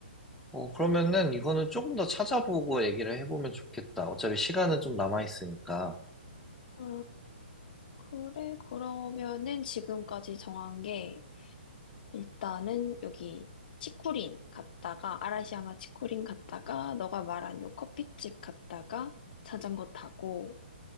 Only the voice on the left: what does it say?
아, 그래. 그러면은 지금까지 정한 게 일단은 여기 치코린 갔다가 아라시야마 치코린 갔다가 너가 말한 요 커피집 갔다가 자전거 타고